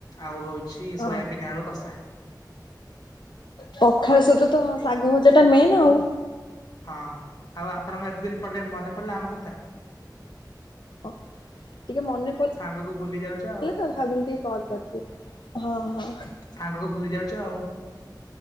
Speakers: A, on the left (about 55°); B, on the left (about 85°).
A: ଆଉ ହଉଛି
B: ହଁ
A: ସୋୟାବିନ୍ ଆଳୁ କଷା।
B: ପଖାଳ ସହିତ ତ ଶାଗଭଜା ଟା ମେନ୍ ଆଉ।
A: ହଁ, ଆଉ ଆପଣଙ୍କ ଏତେ ଦିନ ପରେ ମନେ ପଡିଲା ଆମ କଥା।
B: ଓ ଟିକେ ମନେ ପ
A: ସାଙ୍ଗକୁୁ ଭୁଲି ଯାଉଛ। ଆଉ
B: ଥିଲି ତ ଭାବିଲି ଟିକେ କଲ୍ କରିଦିଏ ହଁ, ହଁ।
A: ସାଙ୍ଗକୁ ଭୁଲି ଯାଉଛ ଆଉ।